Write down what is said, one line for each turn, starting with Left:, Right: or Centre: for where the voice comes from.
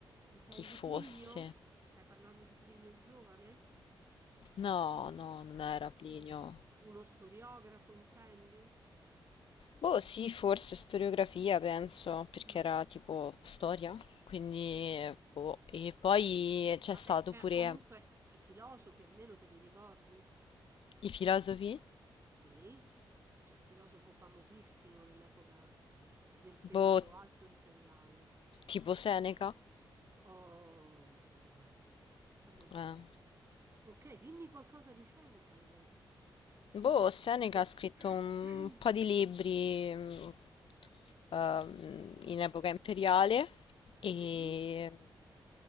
Right: Intendi
Left: chi fosse.
Right: Plinio? Stai parlando di Plinio il giovane?
Left: No, no, non era Plinio.
Right: Mm. Uno storiografo, intendi?
Left: Boh, sì, forse storiografia, penso, perché
Right: Mm.
Left: era tipo storia. Quindi, boh. E poi c'è
Right: Vabbè,
Left: stato
Right: cioè,
Left: pure
Right: Eh, comunque i filosofi almeno te li ricordi?
Left: i filosofi,
Right: Sì, c'è un filosofo famosissimo dell'epoca del periodo
Left: boh,
Right: alto imperiale.
Left: tipo Seneca.
Right: Oh, meno male. Alleluia.
Left: Eh.
Right: Ok, dimmi qualcosa di Seneca allora.
Left: Boh, Seneca ha scritto
Right: <clears throat>
Left: un po' di libri mm, ehm, in epoca imperiale e
Right: Mhm.